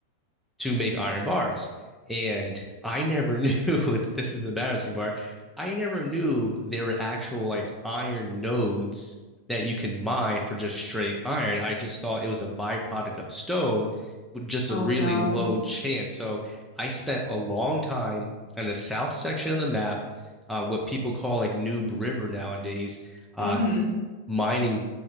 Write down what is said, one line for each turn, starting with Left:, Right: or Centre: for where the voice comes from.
Centre: to make iron bars. And I never knew <laughs> this is the embarrassing part. I never knew there were actual like iron nodes that you can mine for just straight iron. I just thought it was a byproduct of stone with just a
Left: Oh
Centre: really
Left: no.
Centre: low chance. So I spent a long time on the south section of the map, uh, what people call like Noob River nowadays, uh,
Left: Mhm.
Centre: mining